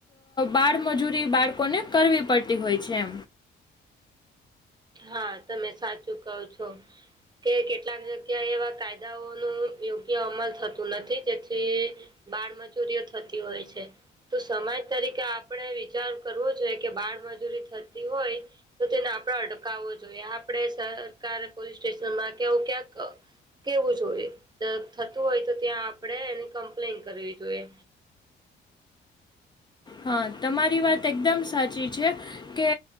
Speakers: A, on the left; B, on the right.
A: બાળમજૂરી બાળકોને કરવી પડતી હોય છે. છે
B: હા તમે સાચું કો છો કે કેટલાક જગ્યાએ એવા કાયદાઓ ન યોગ્ય અમલ થતું નથી જેથી. બાળમજૂરીઓ થતી હોય છે. તો સમાજ તરીકે આપણે વિચાર કરવો જોઈએ કે બાળમજૂરી થતી હોય. તો તેને આપણે અટકાવવો જોઈએ આપણે સરકારે પોલીસ સ્ટેશનમાં કેવું ક્યાંક કેવું જોઈએ થતું હોય તો ત્યાં આપડે એની કમ્પ્લેન કરવી જોઈએ.
A: હા તમારી વાત એકદમ સાચી છે. કે